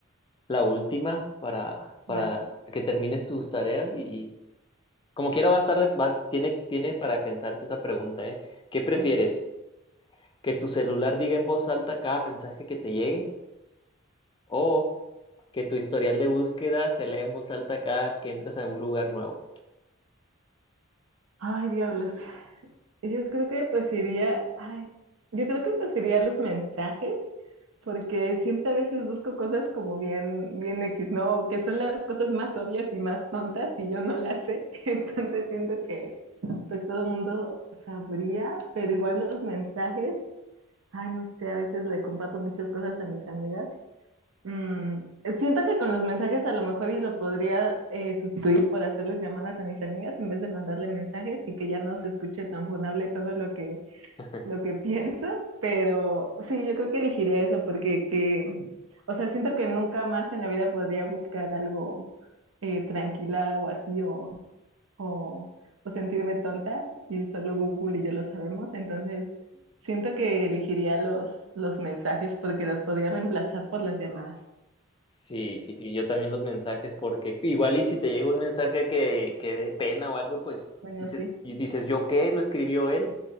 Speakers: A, on the left (about 25°); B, on the right (about 75°).
A: la última para, para
B: vale, vale,
A: que termines tus tareas y, y como quiera va a estar, de- va, tiene, tiene para pensarse esa pregunta, ¿eh? ¿Qué prefieres?
B: ok.
A: ¿Que tu celular diga en voz alta cada mensaje que te llegue? ¿O que tu historial de búsqueda se lea en voz alta cada que entras a un lugar nuevo?
B: Ay, diablos. Yo creo que preferiría, ay, yo creo que preferiría los mensajes, porque siempre a veces busco cosas como bien, bien X, ¿no? O que son las cosas más obvias y más tontas y yo no las sé. <laughs> Entonces siento que pues todo el mundo sabría, pero igual los mensajes, ay, no sé, a veces le comparto muchas cosas a mis amigas Mm, siento que con los mensajes a lo mejor y lo podría eh, sustituir por hacerles llamadas a mis amigas en vez de mandarle mensajes y que ya no se escuche tan funable todo lo que,
A: <laughs>
B: lo que <laughs> pienso, pero sí, yo creo que elegiría eso porque que, o sea, siento que nunca más en la vida podría buscar algo eh, tranquila o así o, o, o sentirme tonta y solo Google y yo lo sabemos, entonces siento que elegiría los, los mensajes porque los podría reemplazar por las llamadas.
A: Sí, sí, sí, yo también los mensajes, porque igual y si te llega un mensaje que, que dé pena o algo, pues
B: Bueno,
A: dices,
B: sí.
A: y dices, ¿yo qué? ¿Lo escribió él?